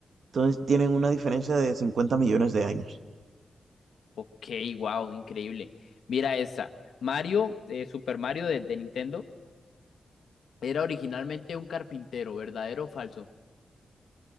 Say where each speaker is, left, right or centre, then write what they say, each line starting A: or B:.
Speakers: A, on the right; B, on the left.
A: Entonces tienen una diferencia de cincuenta millones de años.
B: Ok, wow, increíble. Mira esta. Mario, eh, Super Mario de, de Nintendo, era originalmente un carpintero, ¿verdadero o falso?